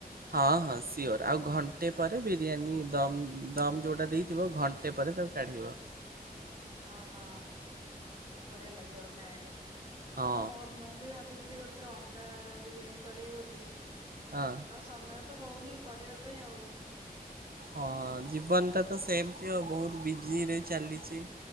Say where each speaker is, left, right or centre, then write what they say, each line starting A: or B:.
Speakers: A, on the right (about 70°); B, on the right (about 35°).
A: ହଁ ହଁ ସିଓର ଆଉ ଘଣ୍ଟେ ପରେ ବିରିୟାନୀ ଦମ୍ ଦମ୍ ଯେଉଁଟା ଦେଇଥିବ ଘଣ୍ଟେ ପରେ ତାକୁ କାଢ଼ିବ।
B: ଓହଁ ବଢିଆ ଲାଗିବ ଖାଇବାକୁ।
A: ହଁ
B: ଆଉ ମ ମ ଦେଇ <unintelligible> ଗୋଟେ ଥର ଅଣ୍ଡା ବିରିୟାନୀ କରି କରିବି ବୋଲି।
A: ହଁ
B: ଆଉ ସମୟ ତ ହଉନି କରିବା ପାଇଁ ଆଉ।
A: ହଁ ଜୀବନଟା ତ ସେମତି ଆଉ ବହୁତ ବିଜିରେ ଚାଲିଛି।